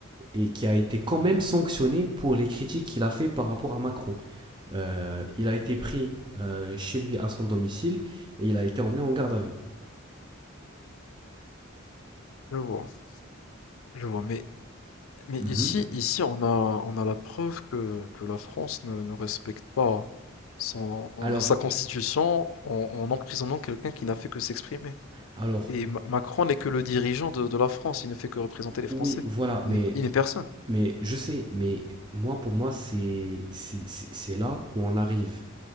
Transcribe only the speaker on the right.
et qui a été quand même sanctionné pour les critiques qu'il a fait par rapport à Macron. Euh, il a été pris euh, chez lui à son domicile et il a été emmené en garde à vue.
Mhm.
Alors,
alors,
oui, voilà,
mais
Mais je sais, mais moi, pour moi, c'est c'est- c'est- là où on arrive